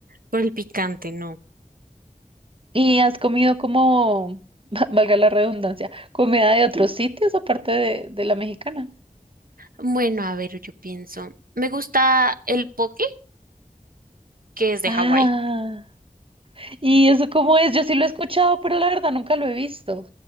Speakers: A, on the right; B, on the right.
A: por el picante, no.
B: ¿Y has comido como, <laughs> valga la redundancia, comida de otros sitios aparte de, de la mexicana?
A: Bueno, a ver, yo pienso. Me gusta el poke, que es de
B: Ah,
A: Hawái.
B: ¿y eso cómo es? Yo sí lo he escuchado, pero la verdad nunca lo he visto.